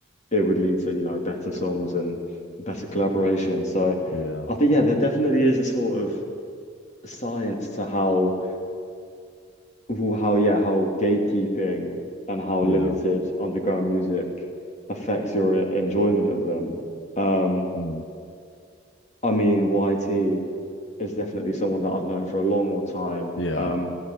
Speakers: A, on the left (about 40°); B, on the left (about 70°).
A: it would lead to, you know, better songs and better collaborations. So
B: yeah
A: I think, yeah, there definitely is a sort of science to how, well, how, yeah, how gatekeeping and how
B: yeah
A: limited underground music affects your enjoyment of them. Um,
B: Mm.
A: I mean, YT is definitely someone that I've known for a long, time.
B: yeah
A: Um,